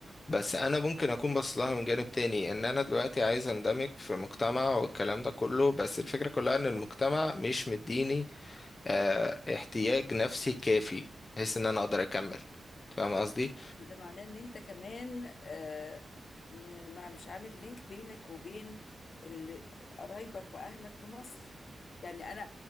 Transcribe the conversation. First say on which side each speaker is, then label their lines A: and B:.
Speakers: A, on the left; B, on the left.
A: بس انا ممكن اكون باصص لها من جانب تاني ان انا دلوقتي عايز اندمج في مجتمع والكلام ده كله بس الفكرة كلها ان المجتمع مش مديني آه احتياج نفسي كافي بحيث ان انا اقدر اكمل فاهم قصدي
B: طب ما ده معناه ان انت كمان آه م- ما مش عامل لينك بينك وبين ال- قرايبك واهلك في مصر يعني انا